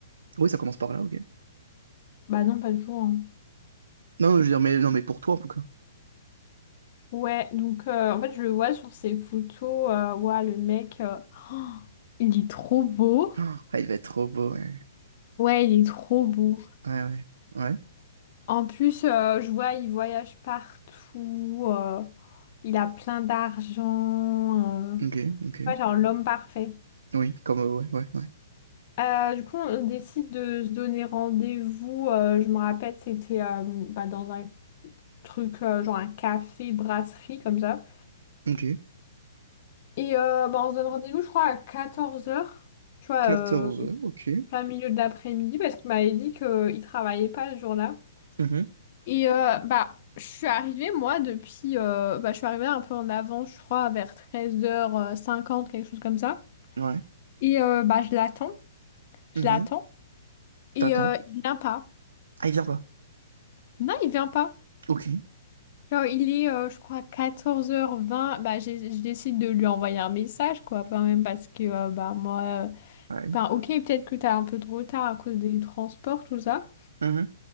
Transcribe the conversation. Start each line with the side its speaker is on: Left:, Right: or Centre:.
Right: Oui, ça commence par là, ok.
Left: bah non pas toujours hein.
Right: Non, je veux dire, mais non, mais pour toi en tout cas.
Left: ouais donc euh, en fait je le vois sur ses photos euh, ouais le mec euh, <gasps> oh, il est trop beau
Right: Ah, il va être trop beau, ouais.
Left: ouais il est trop beau
Right: Ouais, ouais. Ouais.
Left: en plus euh, je vois il voyage partout euh, il a plein d'argent euh,
Right: Ok, ok.
Left: ouais, genre l'homme parfait
Right: Oui, comme euh, ouais, ouais, ouais.
Left: Euh, du coup, on décide de se donner rendez-vous. euh, je me rappelle, c'était euh, bah, dans un truc, euh, genre un café, brasserie, comme ça.
Right: Ok.
Left: Et euh, bah, on se donne rendez-vous, je crois, à 14h, tu vois,
Right: quatorze
Left: euh,
Right: heures, ok.
Left: plein milieu de l'après-midi, parce qu'il m'avait dit qu'il travaillait pas ce jour-là.
Right: Mhm,
Left: Et euh, bah, je suis arrivée, moi, depuis... euh, bah, je suis arrivée un peu en avant, je crois, vers 13h50, quelque chose comme ça.
Right: ouais.
Left: Et euh, bah, je l'attends, je
Right: mhm.
Left: l'attends. Et
Right: T'attends.
Left: euh, il vient pas.
Right: Ah, il vient pas.
Left: Non, il vient pas.
Right: Ok.
Left: Genre, il est, euh, je crois, 14h20. Bah, j'ai- je décide de lui envoyer un message, quoi, quand même, parce que, euh, bah, moi, euh,
Right: Ouais.
Left: ben, ok, peut-être que t'as un peu de retard à cause des transports, tout ça.
Right: Mhm,